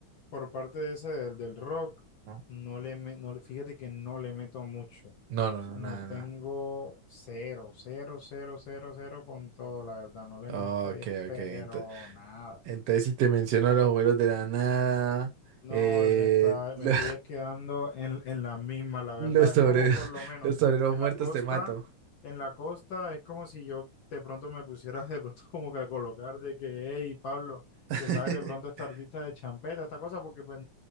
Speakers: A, on the left; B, on the right.
A: por parte de ese del, del rock,
B: no,
A: no le, me- no le, fíjate que no le meto mucho. O
B: no, no, no,
A: sea, no
B: nada,
A: tengo
B: nada.
A: cero, cero, cero, cero, cero con todo, la verdad, no le
B: Ok,
A: meto, eh, pero
B: ok, ento-
A: nada.
B: entonces si te menciono a los abuelos de la nada,
A: No,
B: eh,
A: me está,
B: lo-
A: me estoy es quedando en, en la misma,
B: <laughs>
A: la verdad.
B: los toreros,
A: Es como por lo menos
B: los toreros
A: en
B: muertos
A: la costa,
B: te mato.
A: en la costa es como si yo de pronto me pusiera <laughs> de pronto como que a colocar de que, hey, Pablo,
B: <laughs>
A: te sabes de pronto esta artista de champeta, esta cosa, porque pues